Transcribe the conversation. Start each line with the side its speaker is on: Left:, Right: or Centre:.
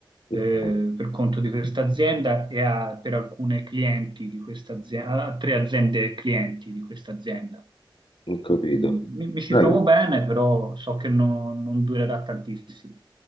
Left: Ok,
Right: eh, per conto di questa azienda e a- per alcune clienti di questa azienda, a tre aziende clienti di questa azienda.
Left: Ho capito.
Right: E, mm, Mi, mi ci
Left: Bello.
Right: trovo bene, però so che non non durerà tantissimo.